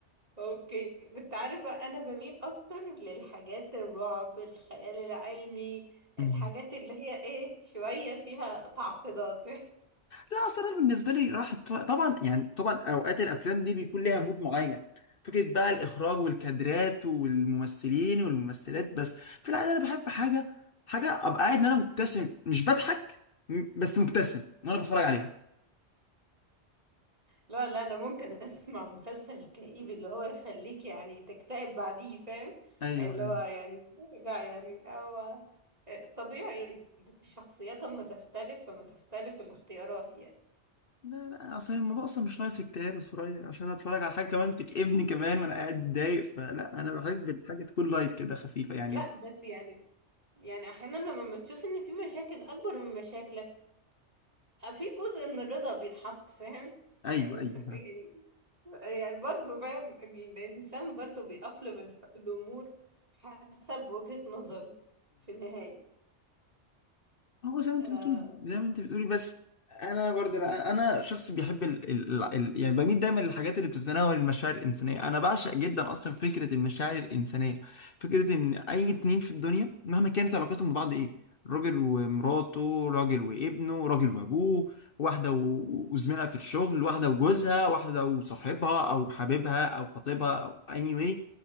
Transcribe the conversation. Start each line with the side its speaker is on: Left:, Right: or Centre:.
Right: اوكي انت عارف بقى انا بميل اكتر للحاجات الرعب الخيال العلمي الحاجات
Left: مم.
Right: اللي هي ايه شويه فيها تعقيدات <laughs>
Left: لا اصل انا بالنسبه لي راحت طبعا يعني طبعا اوقات الافلام دي بيكون ليها مود معين فكره بقى الاخراج والكادرات والممثلين والممثلات بس في العاده انا بحب حاجه حاجه ابقى قاعد ان انا مبتسم مش بضحك م- بس مبتسم وانا بتفرج عليها
Right: لا لا انا ممكن اسمع مسلسل كئيب اللي هو يخليك يعني تكتئب بعديه فاهم
Left: ايوه
Right: اللي
Left: ايوه
Right: هو يعني لا يعني هو طبيعي الشخصيات اما تختلف فما تختلف الاختيارات يعني
Left: لا لا اصل الموضوع اصلا مش ناقص اكتئاب يا سوريا عشان اتفرج على حاجه كمان تكئبني كمان وانا قاعد متضايق فلا انا بحب الحاجه تكون لايت كده خفيفه يعني
Right: لا بس يعني يعني احيانا لما بتشوف ان في مشاكل اكبر من مشاكلك في جزء من الرضا بيتحط فاهم
Left: ايوه
Right: يعني
Left: ايوه
Right: ف- يعني يعني برضه فاهم الانسان برضه بيأقلم الح- الامور حسب وجهة نظره في النهاية
Left: هو زي ما انت
Right: آه،
Left: بتقولي زي ما انت بتقولي بس انا برضه لا انا شخص بيحب ال... ال... ال... يعني بميل دايما للحاجات اللي بتتناول المشاعر الانسانيه انا بعشق جدا اصلا فكره المشاعر الانسانيه فكره ان اي اتنين في الدنيا مهما كانت علاقتهم ببعض ايه راجل ومراته راجل وابنه راجل وابوه واحده و- وزميلها في الشغل واحده وجوزها واحده وصاحبها او حبيبها او خطيبها او اني anyway.